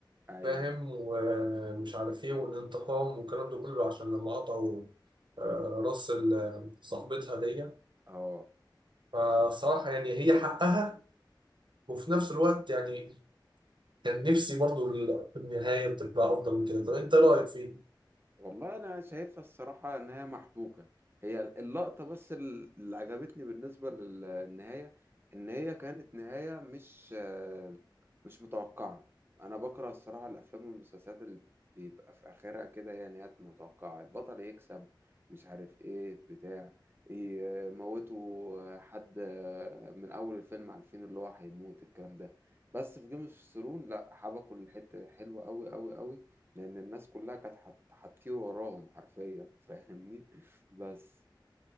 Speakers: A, on the right (about 25°); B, on the right (about 70°).
A: ايوه
B: فاهم ومش عارف ايه والانتقام والكلام ده كله عشان لما قطعوا آه،
A: امم
B: راس ال- صاحبتها دي
A: اه
B: فصراحة يعني هي حقها وفي نفس الوقت يعني كان نفسي برضو ال- النهاية بتبقى أفضل من كده طب أنت رأيك فيه؟
A: والله انا شايفها الصراحه ان هي محبوكه هي اللقطه بس ال- اللي عجبتني بالنسبه للنهايه ان هي كانت نهايه مش آه، مش متوقعه انا بكره الصراحه الافلام والمسلسلات اللي بيبقى في اخرها كده يعني هي نهايات متوقعه البطل يكسب مش عارف ايه بتاع يموتوا حد آه، من اول الفيلم عارفين اللي هو هيموت الكلام ده بس في جيم اوف ثرون لا حبكوا الحته حلوه قوي قوي قوي لأن الناس كلها كانت هت- هتطير وراهم حرفيا فاهمني بس